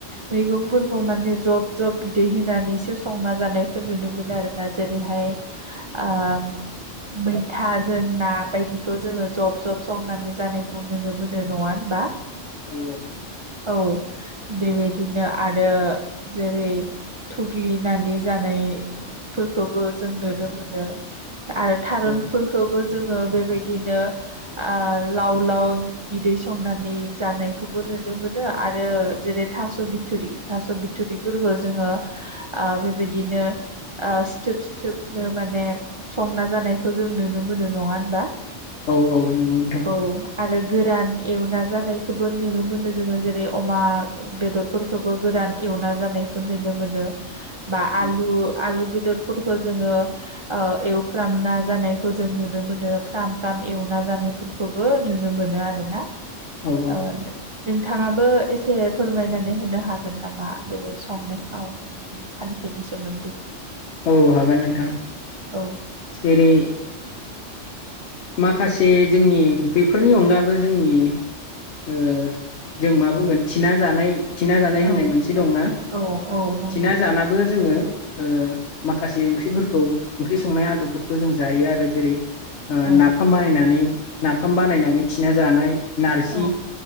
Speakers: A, on the right (about 55°); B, on the left (about 65°).
A: मैगंफोरखौ माने जब जब बिदै होनानैसो संना जानायखौ नुनो मोनो आरोना जेरैहाय आह मैथा जों ना बायदिखौ जोङो जब जब संनानै जानायखौ नुनो मोनो नङा होनबा
B: औ औ
A: औ बेबायदिनो आरो जेरै थुग्लिनानै जानायफोरखौबो जों नुनो मोनो आरो थारुनफोरखौबो
B: औ औ
A: जोङो बेबायदिनो ओह लाव लाव बिदै संनानै जानायखौबो नुनो मोनो आरो जेरै थास' बिथुरि थास' बिथुरिफोरखौ जोङो ओह बेबायदिनो सिथोब सिथोबनो माने संना जानायखौ जों नुनो मोनो नङा होनबा
B: औ औ नोंगौ नोंथां
A: औ आरो गोरान एवना जानाय खौबो नुनो मोनो जोङो जेरै अमा बेदरफोरखौबो गोरान एवना जानायखौ नुनो मोनो बा आलु
B: औ
A: आलु बि बेदरफोरखौ जोङो ओ एवफ्राम ना जानायखौ जों नुनो मोनो फ्राम फ्राम एव जानायफोरखौबो नुनो मोनो आरोना
B: औ
A: ओ नोंथाङाबो एसे फोरमायनानै होनो हागोन नामा बे बादि संनो खावनायनि खान्थिनि सोमोन्दै
B: औ हागोन नोंथां
A: औ
B: एरै माखासे जोंनि बेफोरनि अनगाबो जोंनि ओ जों मा बुंगोन थिना जानाय थिना जानाय होननाय
A: औ
B: मोनसे दंना
A: औ नंगौ
B: थिना जानाबो जोङो ओ माखासे ओंख्रिफोरखौ ओंख्रि संनाय आदबफोरखौ जों जायो आरो जेरै ओ
A: औ
B: नाफाम बानायनानै नाफाम बानायनानै थिना जानाय नारजि
A: औ